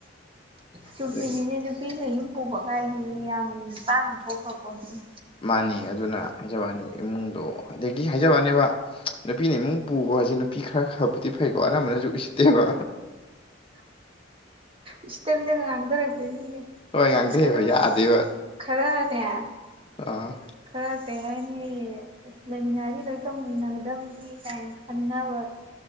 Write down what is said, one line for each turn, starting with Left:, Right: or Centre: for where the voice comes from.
Right: ꯆꯨꯝꯃꯤꯁꯤꯅꯦ
Left: ꯑꯗꯒꯤ
Right: ꯅꯨꯄꯤꯅ ꯌꯨꯝ ꯄꯨꯕ ꯀꯥꯏꯖꯦ ꯌꯥꯝ ꯇꯥꯡꯅ ꯊꯣꯛꯈ꯭ꯔ ꯄꯣꯠꯅꯤꯅꯦ
Left: ꯃꯥꯅꯤ ꯑꯗꯨꯅ ꯍꯥꯏꯖꯕꯋꯥꯅꯤ ꯏꯃꯨꯡꯗꯣ ꯑꯗ ꯒꯤ ꯍꯥꯏꯖꯕꯅꯦꯕ ꯅꯨꯄꯤꯅ ꯏꯃꯨꯡ ꯄꯨꯕꯖꯦ ꯅꯨꯄꯤ ꯈꯔ ꯈꯔꯕꯨꯗꯤ ꯐꯩꯀꯣ ꯑꯅꯝꯕꯅꯁꯨ ꯎꯁꯤꯠꯇꯦꯕ
Right: <inaudible> ꯎꯁꯤꯠꯇꯕꯤꯗ ꯉꯥꯡꯊꯔꯛꯇꯣꯏꯁꯤꯅꯦ
Left: ꯂꯣꯏ ꯉꯥꯡꯊꯩꯑꯕ
Right: ꯑꯗꯨꯝ
Left: ꯌꯥꯗꯦꯕ
Right: ꯈꯔꯅꯦꯈꯔ
Left: ꯑꯥ
Right: ꯀꯩ ꯍꯥꯏꯅꯤ ꯃꯤ ꯂꯩꯃꯤꯟꯅꯁꯤ ꯂꯣꯏ ꯇꯧꯃꯤꯟꯅꯒꯗꯕꯅꯤ ꯀꯥꯏꯅ ꯈꯟꯅꯕ